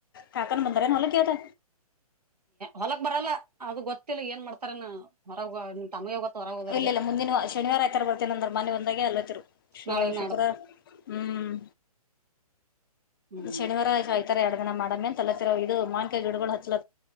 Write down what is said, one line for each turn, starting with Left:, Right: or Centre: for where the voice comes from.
Left: ಕಾಕನ್ ಬಂದಾರೇನ್ ಹೊಲಕ್ ಇವತ್ತ
Right: ಹೊಲಕ್ ಬರಲ್ಲ ಅದು ಗೊತ್ತಿಲ್ಲ ಏನ್ ಮಾಡ್ತಾರನ ಹೊರಗ ತಮ್ಮಯ ಗೊತ್ತ ಹೊರಗ ಹೋದರ್ಗೆ
Left: ಇಲ್ಲ ಇಲ್ಲ ಮುಂದಿನ ಶನಿವಾರ ಆಯ್ತರ ಬರ್ತೇನ ಅಂದ್ರ ಮನೆ ಒಂದಾಗೆ ಅಲ್ಲತ್ತರು ಶ
Right: ನಾಳೆಗ್
Left: ಶುಕ್ರವಾರ
Right: ನಾಡ್ದ
Left: ಹ್ಮ್
Right: <unintelligible> ಹ್ಮ್
Left: ಶನಿವಾರ ಆ್ತರ ಎರಡು ದಿನ ಮಾಡಮ್ಮೇನ್ ತಲತ್ತಿರ ಇದು ಮಾನ್ಕ ಗಿಡಗಳು ಹಚ್ಲ